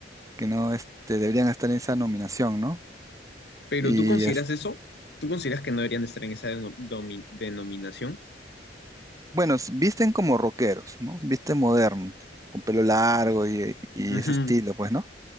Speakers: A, on the right (about 20°); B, on the left (about 70°).
A: Que no este, deberían estar en esa nominación, ¿no?
B: ¿Pero
A: Y,
B: tú consideras eso? ¿Tú consideras que no deberían de estar en esa deno- domi- denominación?
A: Bueno, s- visten como rockeros, ¿no? Visten modernos, con pelo largo y, y
B: Ujú,
A: ese estilo, pues, ¿no?